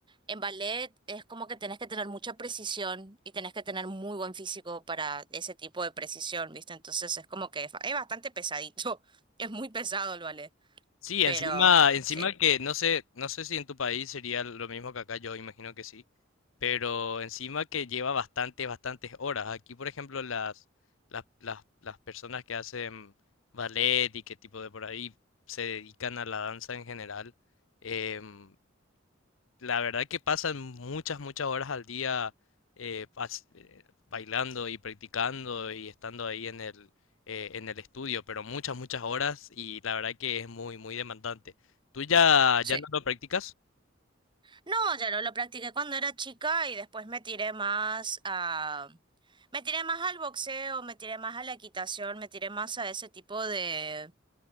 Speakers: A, on the right; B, on the left.
A: en ballet es como que tenés que tener mucha precisión y tenés que tener muy buen físico para ese tipo de precisión, ¿viste? Entonces es como que es ba- es bastante pesadito, <laughs> es muy pesado el ballet.
B: Sí,
A: Pero
B: encima, encima
A: sí,
B: que no sé, no sé si en tu país sería lo mismo que acá, yo imagino que sí, pero encima que lleva bastantes, bastantes horas. Aquí, por ejemplo, las, las, las, las personas que hacen ballet y qué tipo de por ahí se dedican a la danza en general, em, la verdad que pasan muchas, muchas horas al día eh, pas- eh, bailando y practicando y estando ahí en el, eh, en el estudio, pero muchas, muchas horas y la verdad que es muy, muy demandante. ¿Tú ya,
A: sí.
B: ya no lo practicas?
A: No, ya no lo practiqué cuando era chica y después me tiré más a... Me tiré más al boxeo, me tiré más a la equitación, me tiré más a ese tipo de